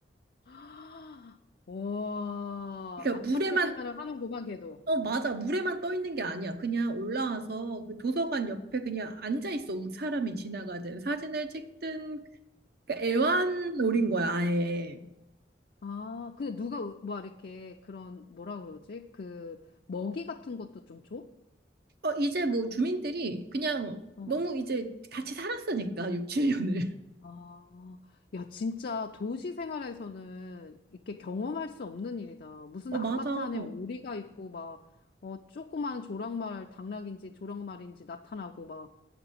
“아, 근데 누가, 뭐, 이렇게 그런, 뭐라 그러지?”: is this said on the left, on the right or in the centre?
Left